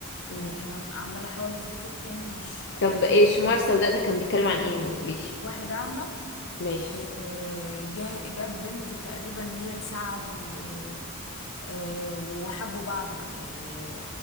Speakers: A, on the left; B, on the left.
A: امم
B: يعني انا عمالة احاول افتكر تاني مش لا
A: طب ايه الشموع السوداء ده كان بيتكلم عن ايه ما قلتليش
B: واحد اعمى
A: ماشي
B: آه، آه، جه جت بنت تقريبا ان هي تساعده آه، وحبوا بعض بقى يعني